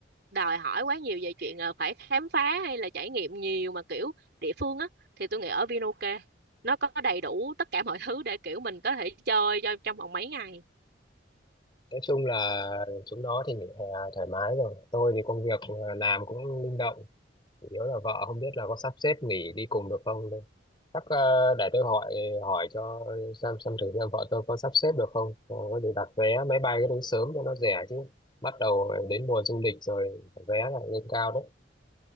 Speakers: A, on the right; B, on the left.
A: đòi hỏi quá nhiều về chuyện ờ, phải khám phá hay là trải nghiệm nhiều mà kiểu địa phương á thì tôi nghĩ ở Vinoke nó có đầy đủ tất cả mọi thứ để kiểu mình có thể chơi cho trong vòng mấy ngày.
B: nói chung là chúng nó thì nghỉ hè thoải mái rồi tôi thì công việc ờ, làm cũng linh động chủ yếu là vợ không biết là có sắp xếp nghỉ đi cùng được không đây chắc ờ, để tôi hỏi hỏi cho xem xem thử xem vợ tôi có sắp xếp được không rồi có gì đặt vé máy bay cái đúng sớm cho nó rẻ chứ bắt đầu đến mùa du lịch rồi vé lại lên cao đấy